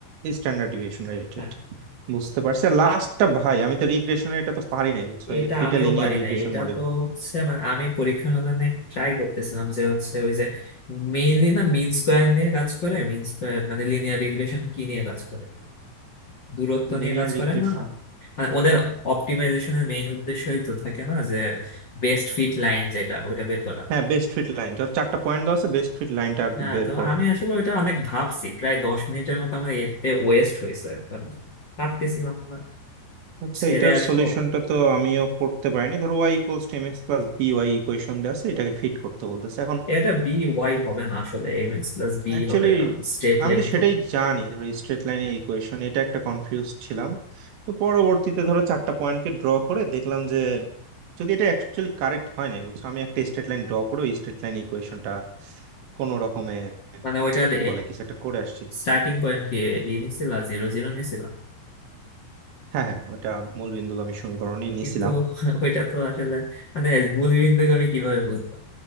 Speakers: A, on the right; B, on the left.
A: স্ট্যান্ডার্ড ডিভিয়েশন রিলেটেড
B: হ্যাঁ
A: বুঝতে পারছি আর লাস্টটা
B: আ-
A: ভাই আমি তো রিগ্রেশনের এটা তো পারি নাই বুঝছো এই
B: এটা
A: যে ফিটা
B: আমিও
A: linear
B: পারি
A: regression
B: না এটা
A: model
B: তো হচ্ছে মানে আমি পরীক্ষার হলে ট্রাই করতেছিলাম যে হচ্ছে ওই যে মেইনলি না মিন স্কোয়ার নিয়ে কাজ করে মিন স্কোয়ার মানে লিনিয়ার রিগ্রেশন কি নিয়ে কাজ করে দূরত্ব
A: Linear
B: নিয়ে কাজ
A: regression
B: করে না মানে ওদের অপটিমাইজেশনের মেইন উদ্দেশ্যই তো থাকে না যে বেস্ট ফিট লাইন যেটা ওইটা বের করা
A: হ্যাঁ বেস্ট ফিট লাইন চারটা পয়েন্ট দেওয়া আছে বেস্ট ফিট লাইনটা আর
B: হ্যাঁ
A: কি বের
B: তো
A: করবে
B: আমি আসলে ওইটা অনেক ভাবছি প্রায় দশ মিনিটের মতো আমার এতে ওয়েস্ট হয়েছে কারণ ভাবতেছিলাম না,
A: আচ্ছা
B: ছেড়ে
A: এটার
B: আসবো
A: সলিউশনটা তো আমিও করতে পারিনি ধরো Y equals to X plus B Y equation দেওয়া আছে এটাকে ফিট করতে বলতেছে এখন
B: এটা বি ওয়াই হবে না আসলে এম এক্স প্লাস বি
A: অ্যাকচুয়ালি
B: হবে কারণ স্ট্রেট
A: আমি
B: লাইন
A: তো
B: তো
A: সেটাই জানি ধরো স্ট্রেট লাইনের ইকুয়েশন এটা একটা কনফিউজ ছিলাম তো পরবর্তীতে ধরো চারটা পয়েন্টকে ড্র করে দেখলাম যে যদি এটা অ্যাকচুয়ালি কারেক্ট হয় নাই বুঝছো আমি একটা স্ট্রেট লাইন ড্র করে ওই স্ট্রেট লাইন ইকুয়েশনটা কোনো রকমে
B: মানে ওইটার
A: কি বলে কিছু একটা করে আসছি
B: স্টার্টিং পয়েন্ট কি ই নিছিল জিরো জিরো নিছিল
A: হ্যাঁ হ্যাঁ ওটা মূল বিন্দুগামী সমীকরণই নিয়েছিলাম
B: কিন্তু ওইটা তো আসলে মানে মূলবিন্দুকে আমি কিভাবে বুঝবো